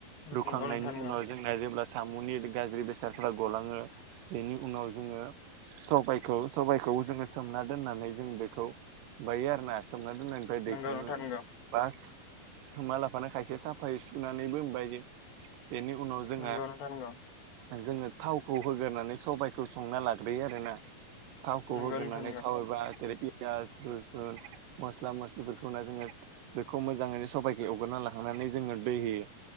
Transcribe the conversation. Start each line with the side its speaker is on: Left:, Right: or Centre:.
Right: रुखांनायनि
Left: नंगौ नोंथां नंगौ नोंथां नंगौ
Right: उनाव जों जोंना जेब्ला साम'नि गाज्रि बेसादफ्रा गलाङो बेनि उनाव जोङो सबायखौ सबायखौ जोङो सोमना दोननानै जों बेखौ बायो आरो ना। सोमना दोन्नायनिफ्राय दैखांङो।
Left: नंगौ नोंथां नंगौ
Right: बास सोमा लाफानो खायसे साफायै सुनानैबो ओमबायो बेनि उनाव जो जोंहा
Left: नंगौ नोंथां नंगौ
Right: जोङो थावखौ होगोरनानै सबायइखौ संना लाग्रोयो आरो ना। थावखौ
Left: नंगौ
Right: होग्रोनानै
Left: नोंथां
Right: थाव एबा जेरै पियास रुसुन मस्ला मस्लिफोरखौ होना जोङो। बेखौ मोजाङैनो सबाइखो एवग्रोना लाखांनानै जोङो दै होयो